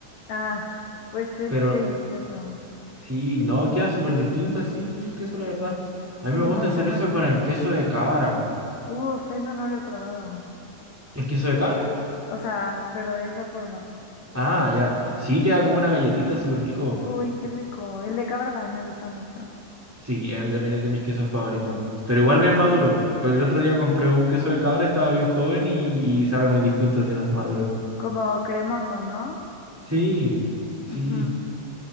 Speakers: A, on the left (about 60°); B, in the centre.
A: Ah, pues es
B: Pero
A: delicioso.
B: Sí, no, queda súper distinto así el queso, la verdad. A
A: Sí,
B: mí me gusta
A: mucho
B: hacer
A: más
B: eso
A: rico.
B: con el queso de cabra.
A: Uf, eso no lo he probado.
B: ¿El queso de cabra?
A: O sea, pero de esa forma.
B: Ah, ya. Sí, queda como una galletita súper rico.
A: Uy, qué rico. El de cabra también me gusta mucho.
B: Sí, es también es de mis quesos favoritos. Pero igual bien maduro. Porque el otro día compré un queso de cabra, estaba bien joven y, y sabe muy distinto si no es maduro.
A: Como cremoso, ¿no?
B: Sí, sí.
A: Ujú.